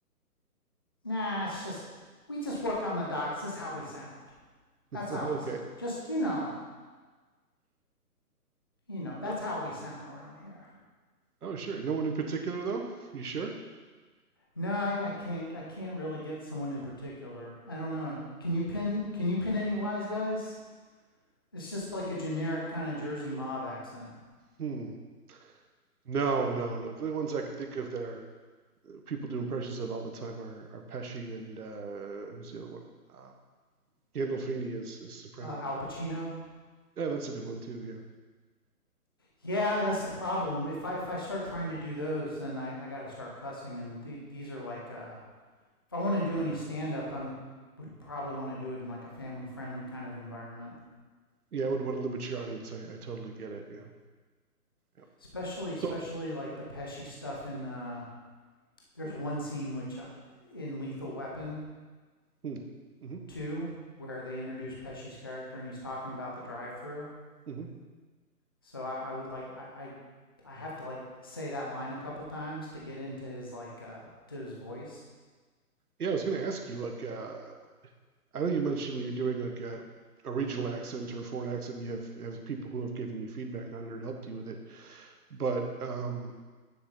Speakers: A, on the left; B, on the right.
A: Nah, it's just we just work on the docks. This is how we sound.
B: <laughs>
A: That's how
B: okay.
A: we sound. Just you know, you know, that's
B: No,
A: how we sound around here.
B: oh, sure. No one in particular, though. You sure?
A: No, I, I can't I can't really get someone in particular. I don't know. Can you pin can you pin any wise guys? It's just like a generic kind of Jersey mob accent.
B: Hmm. No, no, no. The ones I can think of that are people do impressions of all the time are are Pesci and uh, who's the other one? Um, Gandolfini is, is Soprano.
A: Uh, Al Pacino.
B: Yeah, that's a good one too. Yeah,
A: Yeah, that's the problem. If I if I start trying to do those, then I, I got to start cussing, and th- these are like uh, If I want to do any stand up, i would probably want to do it in like a family friendly kind of environment.
B: yeah, I would want to limit your audience. I, I totally get it. Yeah, yeah.
A: Especially, especially
B: So,
A: like the Pesci stuff in. Uh, there's one scene which I, in Lethal Weapon
B: hmm, hmm
A: two where they introduce Pesci's character and he's talking about the drive through.
B: hmm
A: So I, I would like I, I I have to like say that line a couple times to get into his like uh, to his voice.
B: yeah, I was going to ask you. Like, uh, I know you mentioned when you're doing like a, a regional accent or a foreign accent, you have have people who have given you feedback on it or helped you with it. But um,